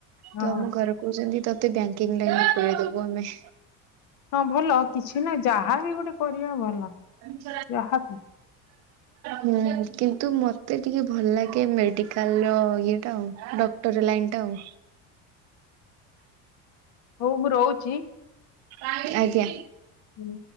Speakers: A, on the right (about 45°); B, on the left (about 50°).
A: ତ
B: ହଁ
A: ଆମ ଘର କହୁଛନ୍ତି ତତେ ବ୍ୟାଙ୍କିଙ୍ଗ୍ ଲାଇନ୍ ପୁରେଇଦବୁ ଆମେ।
B: ହଁ ଭଲ କିଛି ନାହିଁ ଯାହାବି ଗୋଟେ କରିବା ଭଲ।
A: <unintelligible>
B: ଯାହାବି
A: ହୁଁ କିନ୍ତୁ ମତେ ଟିକେ ଭଲ୍ ଲାଗେ ମେଡିକାଲ୍ ର ଇଏଟା ଆଉ ଡ କ୍ଟର ଲାଇନ୍ ଟା ଆଉ।
B: ହଉ ମୁଁ ରହୁଚି?
A: ଆଜ୍ଞା।
B: ହୁଁ।